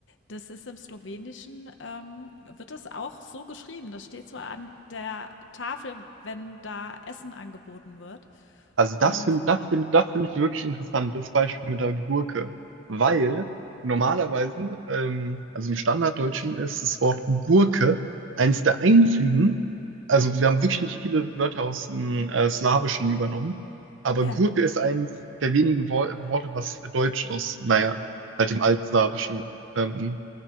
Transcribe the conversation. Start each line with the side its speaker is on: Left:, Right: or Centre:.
Left: das ist im Slowenischen, ähm wird das auch so geschrieben. Das steht so an der Tafel, wenn da Essen angeboten wird.
Right: Also
Left: Und,
Right: das finde das
Left: äh
Right: find, das find ich wirklich interessant, das Beispiel mit der Gurke. Weil normalerweise, ähm, also im Standarddeutschen ist das Wort Gurke eins der einzigen, also wir haben wirklich nicht viele Wörter aus dem äh, Slawischen übernommen, aber
Left: ja,
Right: Gurke ist eins der wenigen Wo Worte, was Deutsch aus, naja, halt dem Altslawischen ähm,